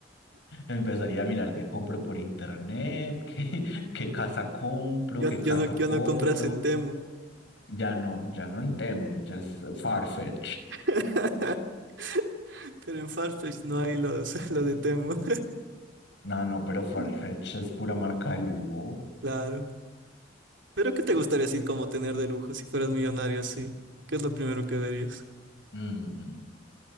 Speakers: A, on the left; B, on the right.
A: Empezaría a mirar qué compro por internet, <laughs> qué, qué casa compro,
B: Yo,
A: qué carro
B: yo no, yo
A: compro.
B: no compras en Temu,
A: Ya no, ya no en Temu, ya es Farfetch.
B: <laughs> pero en Farfetch no hay los, <laughs> lo de Temu.
A: No, no, pero Farfetch
B: <laughs>
A: es pura marca de lujo.
B: Claro. Pero ¿qué te gustaría así como tener de lujo si fueras millonario así? ¿Qué es lo primero que verías?
A: Mm.